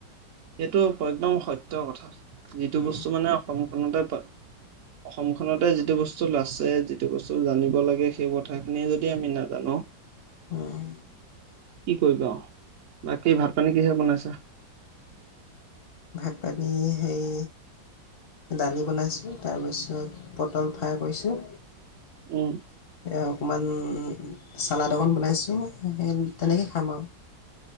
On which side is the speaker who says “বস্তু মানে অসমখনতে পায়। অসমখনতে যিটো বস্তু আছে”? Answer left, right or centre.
Right